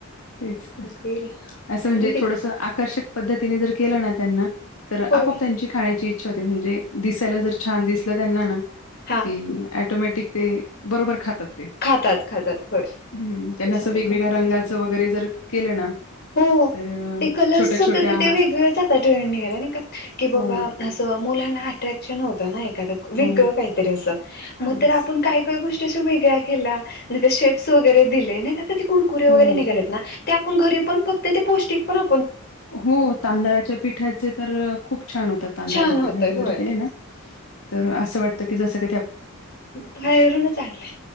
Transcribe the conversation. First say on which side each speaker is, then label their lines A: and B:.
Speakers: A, on the left; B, on the left.
A: तेच तर
B: गुड
A: असं म्हणजे
B: मग ते
A: थोडस आकर्षक पद्धतीने जर केलं ना त्यांना तर
B: होय
A: आपोआप त्यांची खाण्याची इच्छा होते म्हणजे दिसायला जर छान दिसलं त्यांना ना
B: हा
A: कि ऍटोमॅटिक ते बरोबर खातात.
B: खातात खातात होय
A: हम्म त्यांना
B: त्याच्यामुळे
A: असं वेगवेगळ्या
B: काय होईल
A: रंगाच वगैरे जर केलं ना
B: हो
A: तर.
B: ते कलर्स
A: छोट्या
B: होत
A: छोट्या
B: ते वेगळ आता ट्रेंडने गेला नाही का की बाबा
A: हो
B: असं मुलांना, अट्रॅक्शन होत ना? वे
A: हो
B: काहीतरी असग
A: येस.
B: आपण का का गोष्टीश वेगळ्या केल्या. आणि, वगैरे दिलेत ना कुरकुेरे
A: हो.
B: वैगरे निघालेत ना आप घरी पण ते पौष्टण,
A: हो तांदळाच्या पिठाचे तर खूप छान होतात, तांदळाच्या
B: छान होतय
A: पिठाचे
B: होय
A: जर केले ना? तर असं वाटतं की जसं की,
B: बाहेरूनच आणलय.